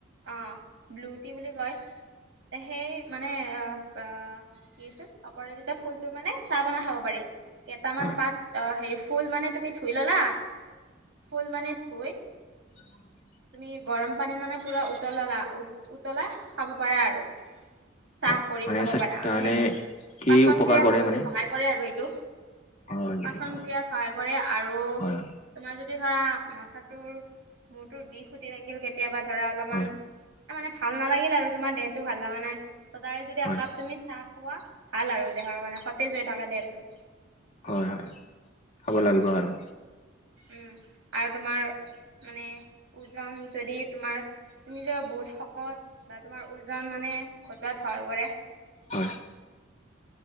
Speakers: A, on the right; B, on the left.
A: অ, ব্লু টি বুলি কয়। তে সেই মানে আ তা কি আছিল অপৰাজিতা ফুলটো মানে চাহ বনাই খাব পাৰি, কেইটামান
B: হয়
A: পাত আ হেৰি ফুল মানে তুমি ধুই ললা ফুল মানে ধুই
B: উ <inaudible>
A: তুমি গৰম পানীত মানে পুৰা উতলালা উ উতলা খাব পাৰা আৰু। চাহ
B: হয়
A: কৰি
B: মানে
A: খাব
B: স্বাস্থ্য
A: পাৰা মানে
B: কি
A: পাচন
B: উপকাৰ
A: ক্ৰিয়াত
B: কৰে
A: বহুত
B: মানে
A: সহায় কৰে আৰু এইটো
B: হয় নেকি
A: পাচন
B: অ
A: ক্ৰিয়াত সহায় কৰে আৰু আপোনাৰ
B: হয় হয়
A: যদি ধৰা মাথাটোৰ মূৰটোৰ বিষ খুটি থাকিল কেতিয়াবা ধৰা অলপমান
B: হয়
A: আ মানে ভাল নালাগিল আৰু তোমাৰ দেহটো ভাল লগা নাই ত দাৰে যদি
B: হয়
A: একাপ তুমি চাহ খোৱা, ভাল আৰু দেহৰ কাৰণে সতেজ হৈ থাকা দেহটো।
B: হয় হয় খাব লাগিব আৰু।
A: উম আৰু তোমাৰ মানে ওজন যদি তোমাৰ তুমি যে বহুত শকত বা তোমাৰ ওজন মানে ঘটোৱাত সহায় কৰে।
B: হয়।